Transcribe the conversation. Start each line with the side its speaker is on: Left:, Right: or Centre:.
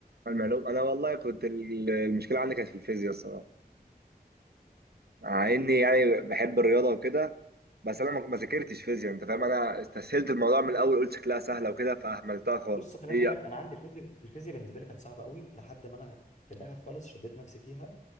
Right: المعلوم انا والله كنت ال- المشكله عندي كانت في الفيزياء الصراحه مع اني يعني بحب الرياضه وكده بس انا ما ما ذاكرتش فيزياء انت فاهم انا استسهلت الموضوع من الاول قلت شكلها سهله وكده فاهملتها خالص
Left: بص خليني
Right: هي
Left: أقول لك أنا عندي الفيزياء الفيزياء بالنسبة لي كانت صعبة قوي لحد ما أنا في الآخر خالص شديت نفسي فيها